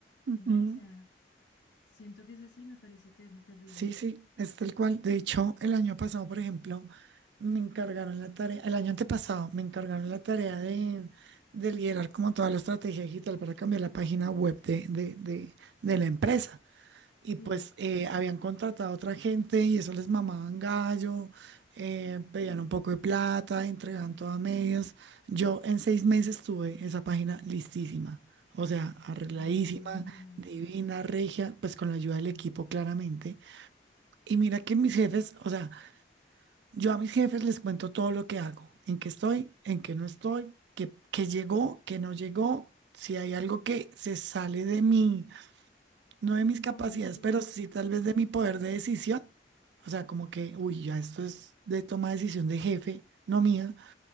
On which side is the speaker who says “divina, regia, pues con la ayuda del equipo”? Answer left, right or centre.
Right